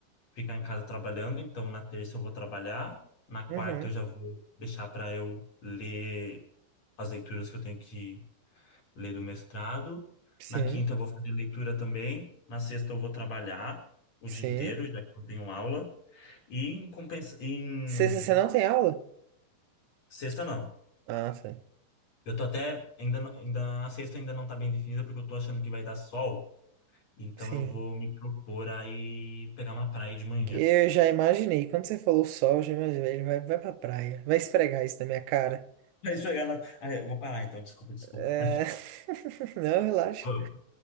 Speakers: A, on the left; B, on the right.
A: ficar em casa trabalhando. Então, na terça eu vou trabalhar, na quarta
B: <laughs> uhum,
A: eu já vou deixar para eu ler as leituras que eu tenho que ler do mestrado.
B: sim,
A: Na quinta eu vou fazer leitura também. Na sexta eu vou trabalhar o
B: sim.
A: dia inteiro, já que eu não tenho aula. E em compensa... em
B: Sexta você não tem aula?
A: sexta não.
B: Ah, sim.
A: Eu tô até ainda não- ainda a sexta ainda não tá bem definida porque eu tô achando que vai dar sol, então
B: Sim.
A: eu vou me propor aí pegar uma praia de manhã.
B: Que Eu já imaginei. Quando você falou sol, eu já imaginei. Ele vai, vai pra praia. Vai esfregar isso na minha cara.
A: vai pegar na... Ah, eu vou parar então, desculpa, desculpa.
B: É...
A: <laughs>
B: <laughs> Não, relaxa.
A: Eu